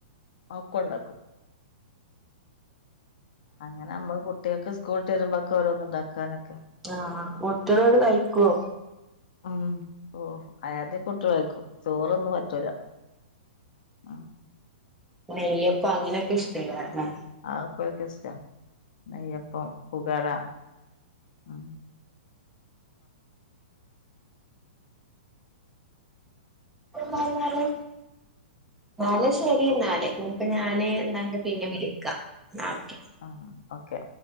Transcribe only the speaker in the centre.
ആഹ് ആഹ് കുട്ട്യാളന്ന്ട്ട് കഴിക്കോ?
നെയ്യപ്പാ അങ്ങനെക്കെ ഇഷ്ടെക്കാരംലെ?
പിന്നല്ലാതെ ഇന്നാല് ശരിന്നാല്. ഇനിപ്പോ ഞാന് ഇന്നാണ്ടെ പിന്നിം വിളിക്കാ. ഇന്നാ ഓകെ